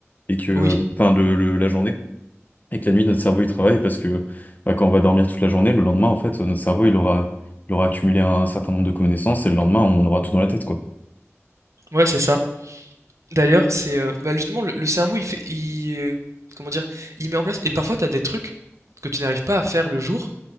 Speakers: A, on the left; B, on the right.
A: et que, euh,
B: Oui.
A: enfin, le, le- la journée. Et que la nuit, notre cerveau, il travaille parce que bah, quand on va dormir toute la journée, le lendemain, en fait, notre cerveau, il aura, il aura accumulé un certain nombre de connaissances et le lendemain, on aura tout dans la tête, quoi.
B: Ouais, c'est ça. D'ailleurs, c'est euh, bah, justement le, le cerveau, il fait, il, euh, comment dire, il met en place. Et parfois, t'as des trucs que tu n'arrives pas à faire le jour.